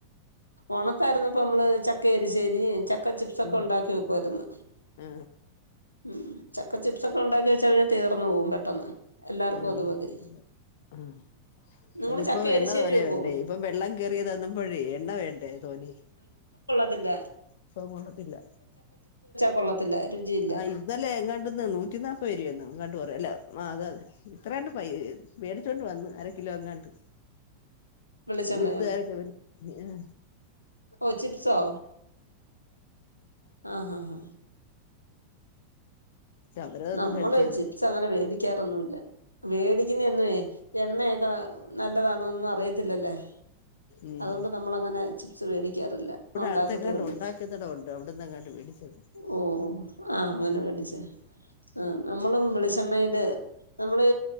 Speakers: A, on the left (about 90°); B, on the left (about 55°).
A: ഉണക്കായിരുന്നപ്പോ നമ്മള് ചക്കരി ശ ചക്ക ചിപ്സ് ഒക്കെ
B: ഉം
A: ഉണ്ടാക്കി വെക്കുവായിരുന്നു
B: ആ
A: ഉം ചക്ക ചിപ്സ് ഒക്കെ ഉണ്ടാക്കി വെച്ചാ വെ തീർന്നു പോവും പെട്ടെന്ന് എല്ലാർക്കും
B: ആഹ്
A: അത് മതി
B: ആ ആഹ്
A: നിങ്ങള്
B: അതിപ്പോ
A: ചക്ക
B: എണ്ണ
A: എരിശ്ശേരി
B: തോനെ
A: വെക്കോ
B: വേണ്ടേ ഇപ്പം വെള്ളം കേയറിയത് തന്ന്പഴേ എണ്ണ വേണ്ടേ തോന്നെ
A: അല്ല
B: ഇപ്പൊ കൊള്ളത്തില്ല
A: കൊള്ളത്തില്ല രുചിയില്ല
B: ആ ഇതല്ലേ കണ്ടിന്ന് നൂറ്റി നാപ്പത് രൂപേന്നോ കണ്ട ല്ല ആ അതെ അതെ ഇത്രണ്ട് പൈ മേടിച്ചോണ്ട് വന്ന് അരക്കിലോ എങ്ങാണ്ട്
A: വെളിച്ചെണ്ണയോ
B: വിരുദാരൊക്കെ ആ
A: ഓ ചിപ്സോ ആഹ് ഹ ഹ
B: അവരതൊന്നും
A: നമ്മള്
B: കഴിച്ചേന്ന്
A: ചിപ്സ് അങ്ങനെ വേടിക്കാറൊന്നുല്ല വേടിക്കുന്ന എന്നുവേ എണ്ണയൊക്കെ നല്ലതാണൊന്നും അറിയത്തില്ലല്ലേ
B: ഉം
A: അതുകൊണ്ട് നമ്മള് അങ്ങനെ ചി <unintelligible>
B: ഇവിടെ
A: ണ്ടാക്കത്ത
B: അടുത്തെങ്ങാണ്ട്
A: ഉള്ളു
B: ഉണ്ടാക്കുന്നിടം ഉണ്ട് അവിടന്നെങ്ങാണ്ട് മേടിച്ചത്
A: ഓഹ് ആഹ് അങ്ങനെ പഠിച്ച ആഹ് നമ്മളും വെളിച്ചെണ്ണയില് നമ്മള്